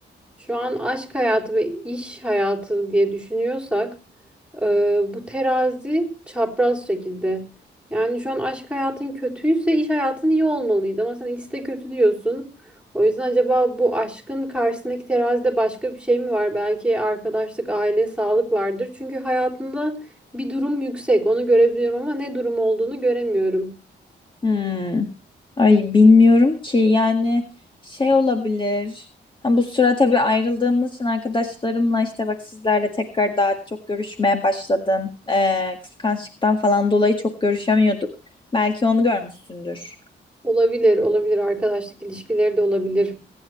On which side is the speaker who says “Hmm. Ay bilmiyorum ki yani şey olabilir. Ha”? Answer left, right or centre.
Left